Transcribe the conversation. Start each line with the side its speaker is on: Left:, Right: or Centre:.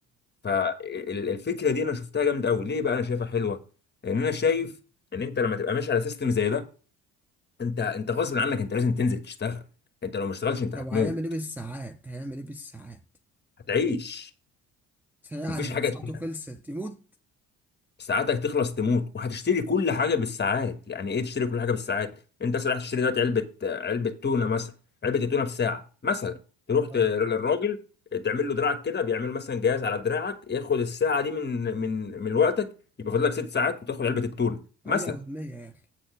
Left: فالفكره دي انا شفتها جامده قوي ليه بقى انا شايفها حلوه لان انا شايف ان انت لما تبقى ماشي على سيستم زي ده انت انت غصب عنك انت لازم تنزل تشتغل انت لو ما اشتغلتش انت
Centre: لو
Left: هتموت
Centre: هيعمل ايه بالساعات هيعمل ايه بالساعات
Left: هتعيش
Centre: ساعات
Left: مفيش حاجه
Centre: لو ساعته
Left: تشتريها
Centre: خلصت يموت
Left: ساعاتك تخلص تموت وهتشتري كل حاجه بالساعات يعني ايه تشتري كل حاجه بالساعات انت مثلا رايح تشتري دلوقتي علبه علبه تونه مثلا علبه التونه بساعه مثلا تروح ت-
Centre: اه
Left: للراجل تعمل له دراعك كده بيعمل مثلا جهاز على دراعك ياخد الساعه دي من من من وقتك يبقى فاضل لك ست ساعات وتاخد علبه التونه
Centre: عملة
Left: مثلا
Centre: وهمية يا اخي